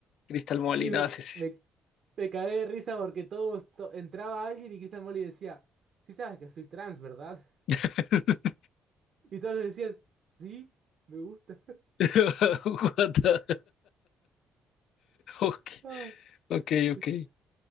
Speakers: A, on the left; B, on the right.
A: Crystal Molly,
B: Y me,
A: no, sí, sí.
B: me me cagué de risa porque todos, to- entraba alguien y Crystal Molly decía, sí sabes que soy trans, ¿verdad?
A: <laughs>
B: Y todos le decían, sí, me gusta.
A: What the- Ok,
B: <laughs> Ay,
A: ok, ok.
B: es-